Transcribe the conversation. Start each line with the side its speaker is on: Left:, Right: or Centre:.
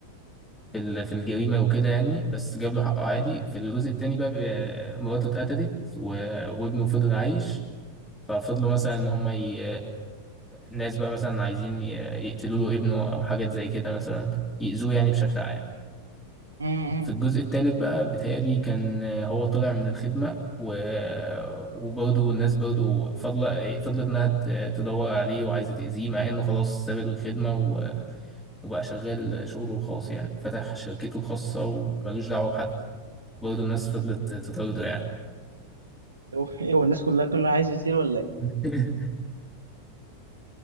Centre: في ال- في الجريمه وكده يعني بس جاب له حقه عادي في الجزء التاني بقى بي- مراته اتقتلت و- وابنه فضل عايش ففضلوا مثلا ان هم ي... الناس بقى مثلا عايزين ي- يقتلوا له ابنه او حاجات زي كده مثلا يأذوه يعني بشكل عام
Right: امم
Centre: في الجزء الثالث بقى بيتهيألي كان هو طلع من الخدمة و... وبرضه الناس برضه فضل... فضلت إنها ت- تدور عليه وعايزة تأذيه مع إنه خلاص ساب الخدمة و... وبقى شغال شغله الخاص يعني فتح شركته الخاصة وملوش دعوة بحد برضه الناس فضلت تطارده يعني
Right: هو إيه، هو الناس كلها كلها عايز يصير ولا ايه
Centre: <laughs>